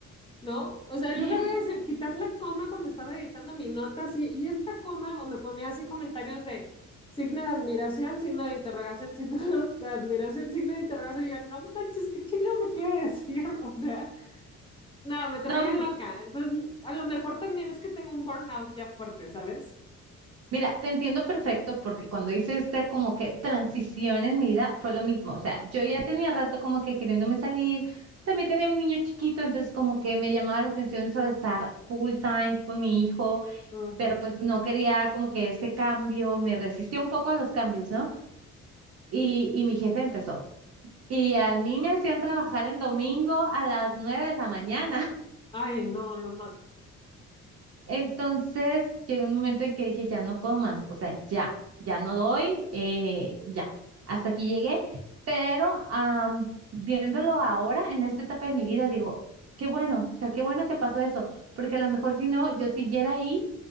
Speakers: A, on the left; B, on the right.
A: ¿no? O sea, en
B: <laughs>
A: lugar de decir, quitar la coma cuando estaba editando mi nota, así, y esta coma, o me ponía así comentarios de signo de admiración, signo de interrogación, <laughs> signo de admiración, signo de interrogación, y yo, no manches, ¿qué chingado me quiere decir? <laughs> O sea, no, me traía
B: No,
A: loca. Entonces, a lo mejor también es que tengo un burnout ya fuerte, ¿sabes?
B: Mira, te entiendo perfecto porque cuando hice esta como que transición en mi vida fue lo mismo. O sea, yo ya tenía rato como que queriéndome salir. También tenía a mi niño chiquito, entonces como que me llamaba la atención eso de estar full time con mi hijo,
A: Ujú.
B: pero pues no quería como que ese cambio, me resistía un poco a los cambios, ¿no? Y, y mi jefe empezó. Y a mí me hacían trabajar en domingo a las nueve de la mañana.
A: Ay, no, lo mato.
B: Entonces llegó un momento en que dije, ya no puedo más, o sea, ya, ya no doy, eh, ya, hasta aquí llegué, pero am, viéndolo ahora, en esta etapa de mi vida, digo, qué bueno, o sea, qué bueno que pasó eso, porque a lo mejor si no, yo siguiera ahí,